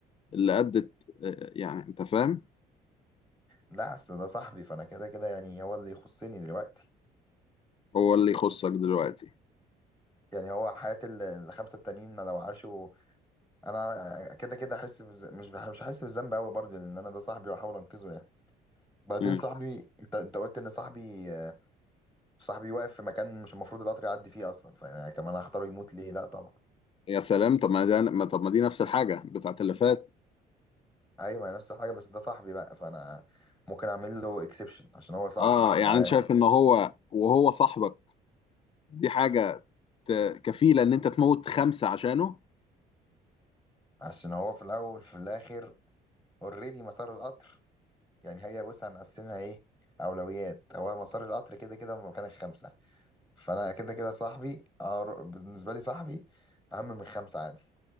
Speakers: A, on the left; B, in the centre.
A: اللي أدت آه، يعني أنت فاهم
B: لا اصل ده صاحبي فانا كده كده يعني هو اللي يخصني دلوقتي
A: هو اللي يخصك دلوقتي
B: يعني هو حياة ال- الخمسة التانيين لو عاشوا انا كده كده احس بز... مش بح... مش هحس بالذنب قوي برضه لان انا ده صاحبي واحاول انقذه يعني بعدين
A: مم.
B: صاحبي انت انت قلت ان صاحبي صاحبي واقف في مكان مش المفروض القطر يعدي فيه اصلا فانا كمان هختاره يموت ليه لا طبعا
A: يا سلام طب ما ده ما- طب ما دي نفس الحاجة بتاعت اللي فات
B: ايوه ما هي نفس الحاجه بس ده صاحبي بقى فانا ممكن اعمل له اكسبشن عشان هو صاحبي
A: آه يعني
B: وده
A: أنت شايف إن هو وهو صاحبك دي حاجة ت- كفيلة إن أنت تموت خمسة عشانه
B: عشان هو في الاول في الاخر اوريدي مسار القطر يعني هي بص هنقسمها ايه اولويات هو مسار القطر كده كده من مكان الخمسه فانا كده كده صاحبي أقر- بالنسبه لي صاحبي اهم من خمسه عادي